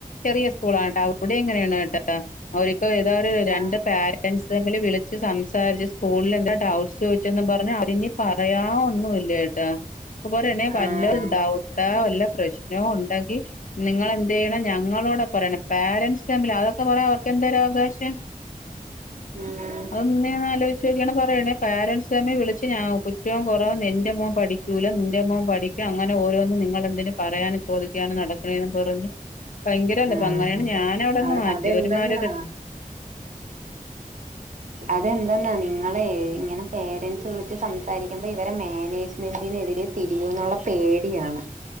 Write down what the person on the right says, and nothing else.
ആഹ്
ആഹ്
ആഹ്
ആഹ്
അത്
അതെന്തെന്നാ
അതെന്തെന്നാ നിങ്ങള് ഇങ്ങനെ പേരൻറ്സ് വിളിച്ച് സംസാരിക്കുമ്പോ ഇവരെ മേനേജ് മെന്റിനെതിരെ തിരിയൂന്നുള്ള പേടിയാണ്